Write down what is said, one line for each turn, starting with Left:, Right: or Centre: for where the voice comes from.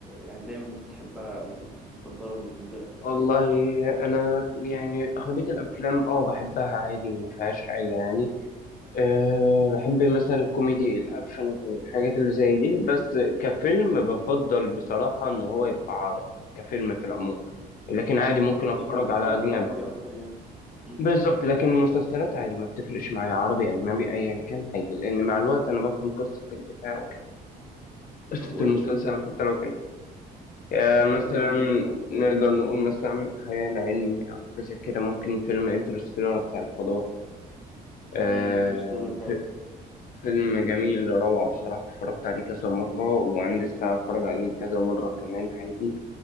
Centre: يعني دايما بتحبها او مفضله بالنسبه لك
Left: والله انا يعني اغلبيه الافلام اه بحبها عادي ما فيهاش حاجه يعني أه بحب مثلا الكوميدي الاكشن الحاجات اللي زي دي بس كفيلم بفضل بصراحه ان هو يبقى عربي كفيلم في العموم لكن عادي ممكن
Centre: اه بت-
Left: اتفرج
Centre: بتحب
Left: على
Centre: تتفرج
Left: اجنبي
Centre: على العربي اكتر يعني امم
Left: بالظبط لكن المسلسلات عادي ما بتفرقش معايا عربي اجنبي ايا كان عادي لان مع الوقت انا بفهم قصه البتاع وكده قصه
Centre: طب قول
Left: المسلسل
Centre: لي ايه ذوقك
Left: حتى لو كان آه،
Centre: يعني
Left: مثلا
Centre: قول لي مثلا فيلم
Left: نقدر
Centre: معين
Left: نقول مثلا خيال علمي أو حاجة زي كده ممكن فيلم انترستيلر بتاع الفضاء آه،
Centre: امم انترستيلر حلو
Left: ف- فيلم جميل روعة بصراحة اتفرجت عليه كذا مرة وعندي الساعة اتفرج عليه كذا مرة كمان عادي